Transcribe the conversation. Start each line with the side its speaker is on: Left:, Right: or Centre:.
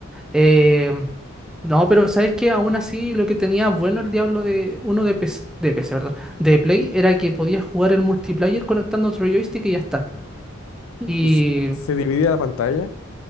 Centre: Eh, no, pero sabes que aún así lo que tenía bueno el Diablo de uno de PC, de PC, perdón, de Play era que podías jugar el multiplayer conectando otro joystick y ya está. Y
Left: y se, se dividía la pantalla,